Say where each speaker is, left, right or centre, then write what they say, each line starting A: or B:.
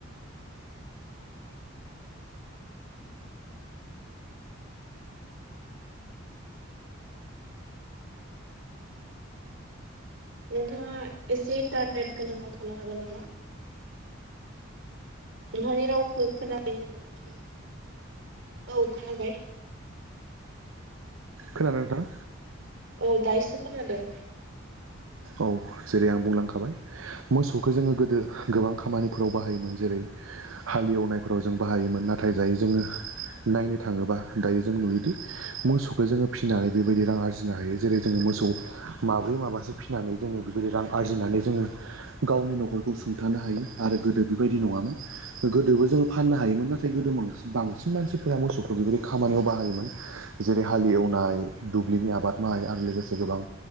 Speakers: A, on the right; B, on the right.
A: नोंथांङा एसे इन्टारनेट गोनांङाव थानो हागोन नामा? नोंहानि रावखौ खोनाबायनो मोनाखै औ खोनाबाय।
B: खोनादों नोंथां?
A: औ दायोसो खोनादों।
B: औ जेरै आं बुंलांखाबाय मोसौखौ जोङो गोदो गोबां खामानिफोराव बाहायोमोन जेरै हालेवनायफोराव जों बाहायोमोन नाथाय जायो जोङो नायनो थाङोबा दायो जों नुयोदि मोसौखौ जोङो फिनानै बेबायदि रां आरजिनो हायो जेरै जोङो मोसौ माब्रै माबासो फिनानै जोङो बेबायदि रां आरजिनानै जोङो गावनि न'खरखौ सुंथानो हायो आरो गोदो बेबायदि नङामोन गोदोबो जोङो फाननो हायोमोन नाथाय गोदो म बांसिन मानसिफोरा मोसौखौ बेबायदि खामानियाव बाहायोमोन। जेरै हाल एवनाय दुब्लिनि आबाद मावनाय आरो लोगोसे गोबां